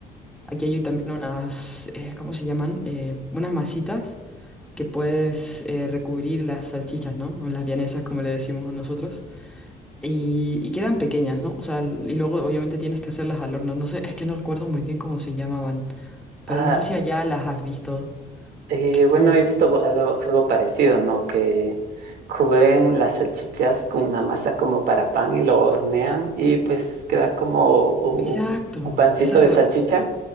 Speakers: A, in the centre; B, on the right (about 65°).
A: Aquí hay también unas, eh, ¿cómo se llaman? Eh, unas masitas que puedes eh, recubrir las salchichas, ¿no? O las vienesas, como le decimos a nosotros. Y, y quedan pequeñas, ¿no? O sea, l- y luego obviamente tienes que hacerlas al horno. No sé, es que no recuerdo muy bien cómo se llamaban, pero
B: Ah,
A: no sé si allá las has visto.
B: eh,
A: Que es
B: bueno,
A: como...
B: he visto algo, algo parecido, ¿no? Que cubren las salchichas con una masa como para pan y lo hornean y pues queda como u-
A: Exacto,
B: un pancito
A: exacto.
B: de salchicha.